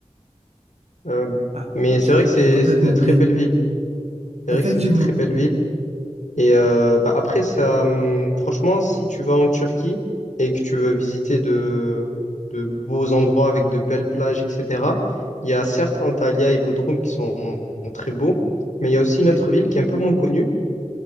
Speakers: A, on the left; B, on the right.
A: Euh,
B: Ah,
A: mais
B: bah,
A: c'est
B: je l'ai
A: vrai que c'est
B: je l'ai complètement
A: c'est de très
B: oublié.
A: belles villes. C'est
B: Effectivement.
A: vrai que c'est de très belles villes. Et euh, bah après, ça, hum, franchement, si tu vas en Turquie et que tu veux visiter de, de beaux endroits avec de belles plages, etc., il y a certes Antalya et Bodrum qui sont très beaux, mais il y a aussi une
B: Oui.
A: autre ville qui est un peu moins connue.